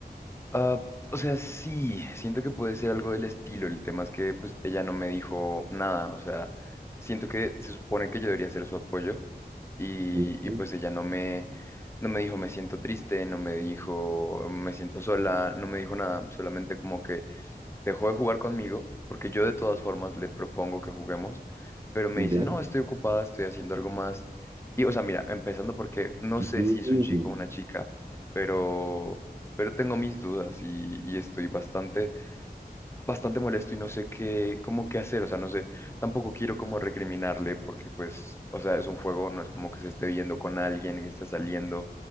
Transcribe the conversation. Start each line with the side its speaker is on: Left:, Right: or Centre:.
Left: Ah, o sea, sí, siento que puede ser algo del estilo. El tema es que pues ella no me dijo nada. O sea, siento que se supone que yo debería ser su apoyo y,
Right: Ujú,
Left: y pues ella no me, no me dijo me siento triste, no me dijo me siento sola, no me dijo nada. Solamente como que dejó de jugar conmigo, porque yo de todas formas le propongo que juguemos, pero me
Right: Ya.
Left: dice, no, estoy ocupada, estoy haciendo algo más. Y, o sea, mira, empezando porque no
Right: Ujú.
Left: sé si es un chico o una chica, pero, pero tengo mis dudas y, y estoy bastante, bastante molesto y no sé qué, cómo qué hacer, o sea, no sé, tampoco quiero como recriminarle porque, pues, o sea, es un juego, no es como que se esté viendo con alguien, que esté saliendo,